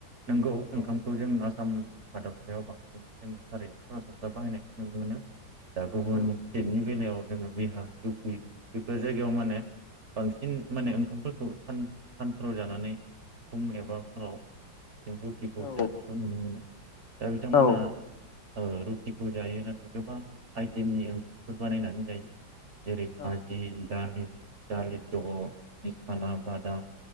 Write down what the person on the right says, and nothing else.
नोंगौ
ओंखामखौ जों आसाम हादरसायाव बांसिन जोङो थारैनो सरासनस्रा बाहायनायखौ नुनो मोनो। दा गुबुन
स्टेटनि बेलायाव जोङो बिहार इउपि बेफोर जायगायाव माने बांसिन माने
ओंखामफोरखौ सान सानफोराव जानानै फुं एबा हराव जों रुथिखौ
जानायखौ नुनो मोनो दा बिथांमोना
ओ रुटिखौ जायो नाथाय गोबां आइटेमनि ओंख्रिफोर बानायनानै जायो। जेरै
खाजि दालि दालि जग' बि साना बादाम।